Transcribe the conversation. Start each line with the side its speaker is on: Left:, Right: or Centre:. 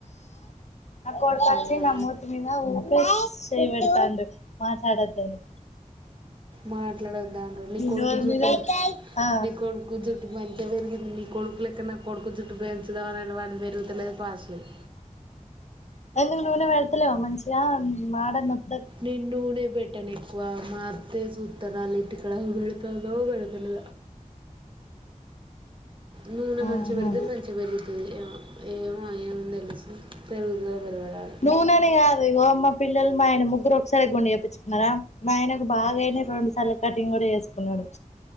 Left: నా కొడుకు వచ్చి
Right: అమ్మా
Left: నా మూతి మీద ఊకె, చేయి పెడతాండు మాట్లాడొదాన్ని,
Right: మాట్లాడొద్దు అంటాడు నీ కొడుకు
Left: నోరు
Right: జుట్టు
Left: మీద ఆ
Right: నీ కొడుకు జుట్టు మంచిగా పెరిగింది నీ కొడుకు అయితే నా కొడుకు జుట్టు పె నువ్వు అనట్టు వానిది పెరుగుతా లేదు పాస్ లేదు,
Left: ఎందుకు నూనె పెడతాలేవా మంచిగా మడ్డ మేత,
Right: నేను నూనె పెట్టనే, మాకురో చూస్తా కానీ ఇప్పటోలు నూనె కూడా పెడతాలే, నూనె
Left: ఆహా
Right: మంచి పెడితే మంచి పెరుగుతుంది, ఆ ఏమో ఎంఉండదు పెరుగుతదా, పెరగదాని,
Left: నూనెని కాదు ఇగో మా పిల్లలు మా ఆయన ముగ్గురు ఒకసారి గుండు చేయించుకున్నారా, మా ఆయన కి బాగా పెరిగినాయి, రెండు సార్లు కటింగ్ కూడా చే సుకున్నాడు.